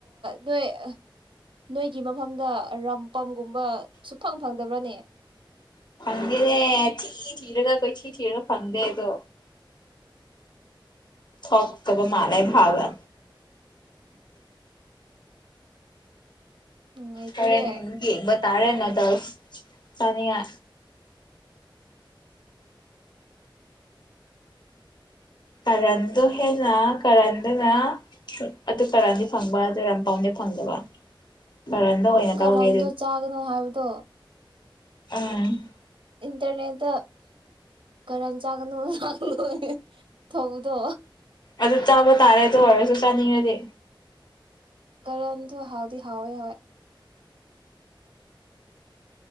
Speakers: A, on the right; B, on the left.
A: ꯅꫭꯏ ꯅꯣꯏꯒꯤ ꯃꯐꯝꯗ ꯔꯝꯄꯝ ꯒꯨꯝꯕ ꯁꯨ ꯐꯪ ꯐꯪꯗꯕ꯭ꯔꯅꯦ
B: ꯐꯪꯗꯦꯅꯦ ꯊꯤ ꯊꯤꯔꯒ ꯛꯥꯏꯊꯤ ꯊꯤꯔꯒ ꯐꯪꯗꯦ ꯑꯗꯣ ꯊꫭꯛꯇꯕ ꯃꯥꯜꯂꯦ ꯏꯝꯐꯜꯗ
A: ꯅꯨꯡꯉꯥꯏꯇꯦꯍꯦ
B: ꯔꫭꯔꯦꯟ ꯌꯦꯡꯕ ꯇꯥꯔꯦꯅꯗ ꯆꯅꯤꯉ ꯀꯔꯟꯗꯣ ꯍꯦꯟꯅ ꯀꯔꯟꯗꯅ ꯑꯗꯨ ꯀꯔꯥꯟꯗꯤ ꯐꯪꯕ ꯀꯔꯝ ꯄꯝꯗꯤ ꯐꯪꯗꯕ ꯀꯔꯟꯗꯣ ꯑꯣꯏꯅ
A: ꯀꯔꯝꯗꯣ
B: ꯂꯧꯒꯦ
A: ꯆꯥꯒꯅꯣ ꯍꯥꯏꯕꯗꯣ
B: ꯑꯝ
A: ꯏꯟꯇꯔꯅꯦꯠꯇ ꯀꯔꯟ ꯆꯥꯒꯅꯣ ꯂꯥꯛꯒꯅꯨ ꯊꯧꯕꯗꯣ
B: ꯑꯗꯨ ꯆꯥꯕ ꯇꯥꯔꯦ ꯑꯗꯨ ꯋꯥꯔꯁꯨ ꯆꯥꯅꯤꯡꯉꯗꯤꯦ
A: ꯀꯔꯟꯇ ꯍꯥꯎꯗꯤ ꯍꯥꯎꯋꯦ ꯍꯣꯏ